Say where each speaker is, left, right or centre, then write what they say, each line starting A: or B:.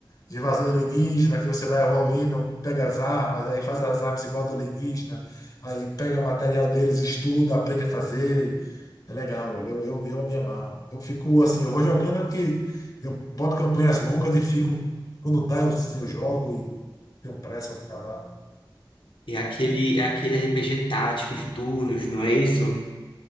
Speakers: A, on the left (about 45°); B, on the left (about 80°).
A: de invasão alienígena, que você vai evoluindo, pega as armas, aí faz as armas igual do alienígena, aí pega o material deles, estuda, aprende a fazer. É legal, velho. Eu, eu, eu me amarro. Eu fico assim, eu vou jogando que eu boto campanhas longas e fico. Quando dá, eu, eu jogo e tenho pressa para acabar.
B: E é aquele, é aquele RPG tático de turnos, não é isso?